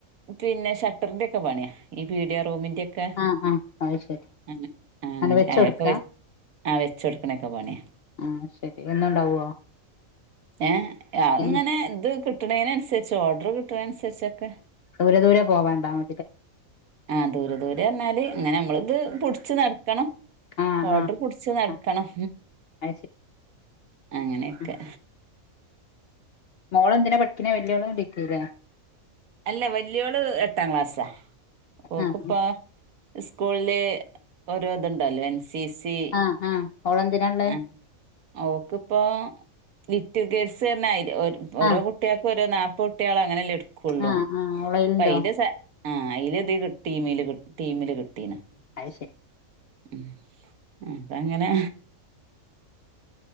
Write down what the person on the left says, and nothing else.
ആ ആ അത് ശരി
വെച്ച്
കൊടുക്കാ
ആ ശരി എന്നും ഉണ്ടാവോ
എന്നും
ദൂരെ ദൂരെ പോവാണ്ടാവ
ആഹ്
ആഹ്
ആഹ് അത് ശരി
ഉം മോളെന്തിനാ പഠിക്കുന്നേ വല്ല്യോള് ഡിഗ്രീ ലെ
ആഹ്
ആഹ് ആഹ് ഓളെന്തിനാള്ളേ
ആഹ്
ആഹ് ആഹ് ഓളയിലുണ്ടോ
അത് ശരി